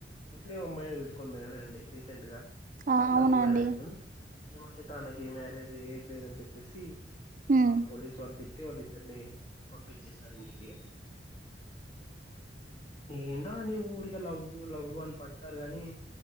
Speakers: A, on the left; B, on the right.
A: ముస్లిం అమ్బాయిని తెచ్చుకొని పోయినండి రీసెంట్ గా అంటే
B: ఆ
A: లవ్
B: అవునండి
A: మ్యారేజ్ ఏమంటే తనకి మ్యారేజ్ ఏట్ లేదని చెప్పేసి
B: ఉమ్
A: ఆ పోలీసు వాళ్ళు తిట్టి వాళ్ళిద్దర్నీ పంపించేసినారు ఇంటికి ఏంటో అండి ఊరికే లవ్వు లవ్వు అని పడతారు గాని